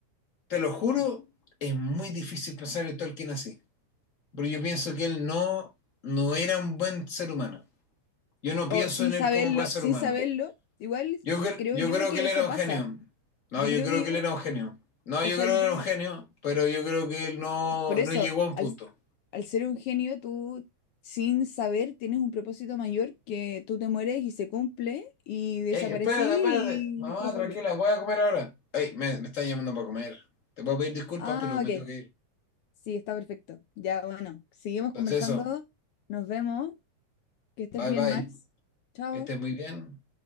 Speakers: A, on the left; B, on the left.
A: te lo juro, es muy difícil pensar en Tolkien así. Porque yo pienso que él no, no era un buen ser humano. Yo no
B: O
A: pienso
B: sin
A: en
B: saberlo,
A: él como buen ser
B: sin
A: humano.
B: saberlo, igual
A: Yo, cre-
B: creo
A: yo
B: yo
A: creo
B: que
A: que él
B: eso
A: era un
B: pasa.
A: genio. No,
B: Yo
A: yo
B: creo
A: creo
B: que
A: que
B: yo,
A: él era un genio. No,
B: o
A: yo
B: sea,
A: creo
B: yo
A: que era
B: creo,
A: un genio, pero yo creo que él no,
B: por eso,
A: no llegó a un
B: al,
A: punto.
B: al ser un genio, tú sin saber tienes un propósito mayor que tú te mueres y se cumple y desaparecí
A: Ey, espérate, espérate. Mamá,
B: y después volví.
A: tranquila, voy a comer ahora. Ey, me, me están llamando para comer. Te puedo pedir disculpas,
B: Ah,
A: pero me
B: ok.
A: tengo que ir.
B: Sí, está perfecto. Ya, bueno, seguimos
A: Entonces
B: conversando.
A: eso,
B: Nos vemos. Que estés
A: bye
B: bien,
A: bye.
B: Max. Chao.
A: Que estés muy bien.